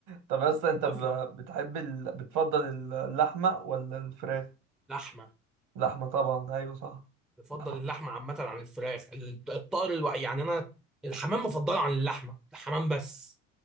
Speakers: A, on the right; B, in the centre.
A: طب اصلا انت
B: اظلم
A: ب- بتحب ال... بتفضل اللحمه ولا الفراخ
B: لحمه
A: لحمه طبعا ايوه صح
B: بفضل
A: لحمه
B: اللحمه عامه عن الفراخ ال- الطائر الوع... يعني انا الحمام مفضله عن اللحمه الحمام بس